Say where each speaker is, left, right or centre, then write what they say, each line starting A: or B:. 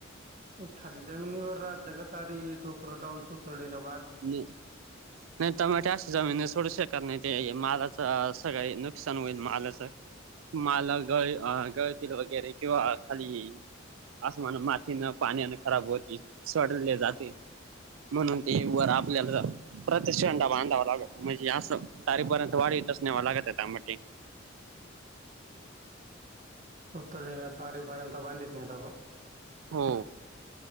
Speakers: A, on the right (about 40°); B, on the right (about 85°).
A: खादी जमिनीवर राात जगतारी टोक टडाऊन सुतोळी ना
B: नाही टमाटा जमीन थोडसे करण ते मालाचं सगळ नुकसान होईल मालाचं माला गळ गळतील वगैरे किंवा खाली ये आसमान मातीनं पाण्यान खराब होती सडले जाते म्हणून ते वर आपल्याला प्रति्षंडा बांधावा लागत म्हणजे असं तारीपर्यंत वाढीतच नेवा लागत टमाटे
A: पुतळी ना तारीपर्यंत बांधित नाही तबा
B: हो